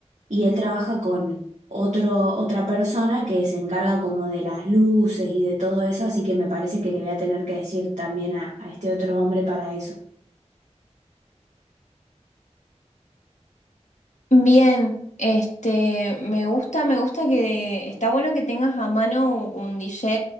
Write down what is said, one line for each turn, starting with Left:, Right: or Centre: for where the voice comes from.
Right: y él trabaja con otro, otra persona que se encarga como de las luces y de todo eso, así que me parece que le voy a tener que decir también a, a este otro hombre para eso.
Left: Bien, este, me gusta, me gusta que está bueno que tengas a mano un DJ,